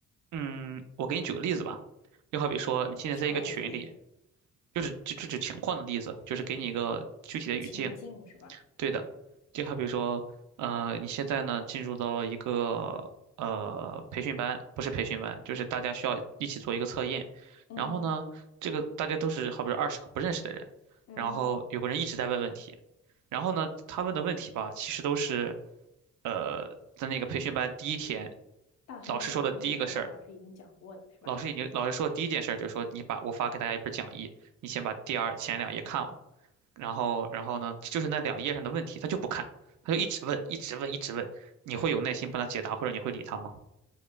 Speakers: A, on the right; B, on the left.
A: 嗯，我给你举个例子吧，就好比说你现在在一个群里，
B: 啥玩意儿的例子？
A: 就是就这种情况的例子，就是给你一个具体的语境。
B: 嗯，情境是吧？
A: 对的，就好比说，呃，你现在呢进入到了一个呃培训班，不是培训班，就是大家需要一起做一个测验。
B: 嗯
A: 然后呢，这个大家都是好比说二十个不认识的人，
B: 嗯，
A: 然后有个人一直在问问题，然后呢，他问的问题吧，其实都是呃在那个培训班第一天
B: 大同小异，
A: 老师说的第一个事儿。
B: 然后老师已经讲过了，是吧？
A: 老师已经老师说第一件事儿就是说，你把我发给大家一本讲义，你先把第二前两页看了，然后然后呢，就是那两页上的问题，他就不看，他就一直问，一直问，一直问，你会有耐心帮他解答，或者你会理他吗？